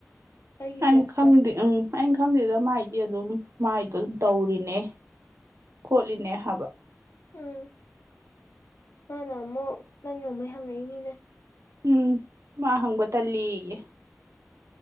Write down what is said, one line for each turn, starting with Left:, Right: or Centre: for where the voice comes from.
Left: ꯑꯩꯒꯤꯁꯦ
Right: ꯑꯩꯅ ꯈꯪꯗꯦ ꯎꯝ ꯑꯩꯅ ꯈꯪꯗꯦꯗ ꯃꯥꯏꯗꯤ ꯑꯗꯨꯝ ꯃꯥꯏꯗꯣ ꯑꯗꯨꯝ ꯇꯧꯔꯤꯅꯦ ꯈꯣꯠꯂꯤꯅꯦ ꯍꯥꯏꯕ
Left: ꯎꯝ ꯃꯥꯅ ꯑꯃꯨꯛ ꯅꯪ ꯌꯣꯡꯃꯩ ꯍꯪꯉꯛꯏꯅꯤꯅꯦ
Right: ꯎꯝ ꯃꯥ ꯍꯪꯕ ꯇꯜꯂꯦꯌꯦ